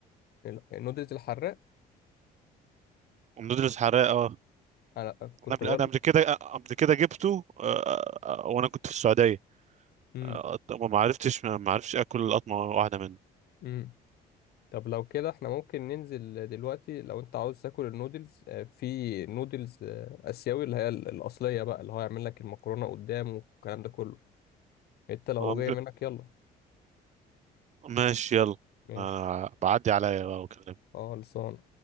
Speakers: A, on the left; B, on the right.
A: ال- النودلز الحراق
B: ومدرس حراق اه
A: أنا كنت
B: انا قبل
A: بقول
B: انا قبل كده قبل كده جبته آه آه، وانا كنت في السعوديه
A: مم.
B: آه ما عرفتش ما عرفتش اكل قطمه واحده منه
A: مم. طب لو كده إحنا ممكن ننزل دلوقتي لو أنت عاوز تاكل النودلز آه، في نودلز آه، آسيوي اللي هي ال- الأصلية بقى اللي هو يعمل لك المكرونة قدام والكلام ده كله أنت لو
B: آه
A: جاي منك يلا
B: ماشي يلا
A: ماشي
B: آه بعدي عليا بقى واكلمك
A: خالص